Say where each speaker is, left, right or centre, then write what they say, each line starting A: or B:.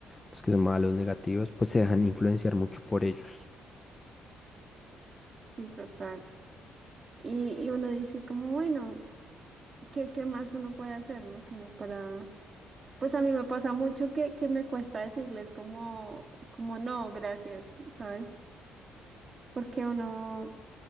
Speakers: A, on the left; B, on the right.
A: los que son malos, negativos, pues se dejan influenciar mucho por ellos.
B: Sí, total. Y, y uno dice como, bueno, ¿qué, qué más uno puede hacer, ¿no? Como para... Pues a mí me pasa mucho que, que me cuesta decirles como, como no, gracias, ¿sabes? Porque uno,